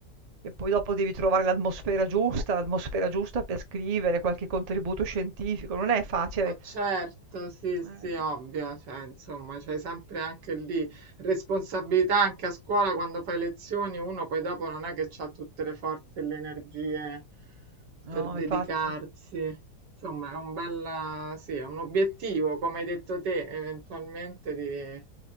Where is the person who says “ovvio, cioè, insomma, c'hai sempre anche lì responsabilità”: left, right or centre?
Right